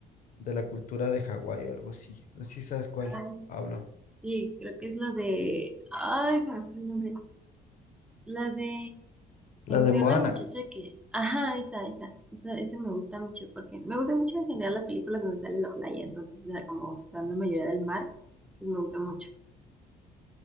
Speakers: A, on the left; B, in the centre.
A: de la cultura de Hawái o algo así. No sé si sabes cuál
B: Ay, s-
A: hablo.
B: sí, creo que es la de... Ay, se me fue el nombre. La de...
A: La de
B: de
A: Moana.
B: una muchacha que... Ajá, esa, esa, esa, esa me gusta mucho porque me gusta mucho en general las películas donde sale la playa, entonces, o sea, como está la mayoría del mar, pues me gusta mucho.